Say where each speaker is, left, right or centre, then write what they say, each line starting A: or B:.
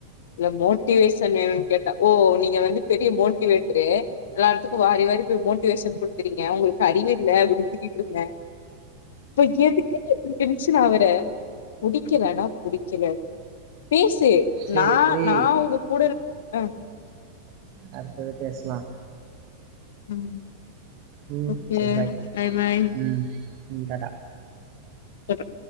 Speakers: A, on the left; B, on the right.
A: இல்ல மோட்டிவேஷன் வேணூன் கேட்டா ஓ நீங்க வந்து பெரிய மோட்டவேட்டரு எல்லாத்துக்கூ வாரி வாரி மோட்டிவேஷன் குடுக்றீங்க உங்களுக்கு அறிவு இல்ல அப் டீன் திட்டிட்ருந்தே ப எதுக்கு நீ இப்டி டென் ஷன் ஆவுர புடிக்கலனா புடிக்கல பேஸ் டு
B: சேரி
A: நா
B: ஏய்
A: நா உங்க கூடருக் அ
B: அடுத்தது பேசலா
A: ம்
B: ம்
A: ஓகே
B: சேரி பாய்
A: பைபை
B: ம் ம் டாடா
A: டாடா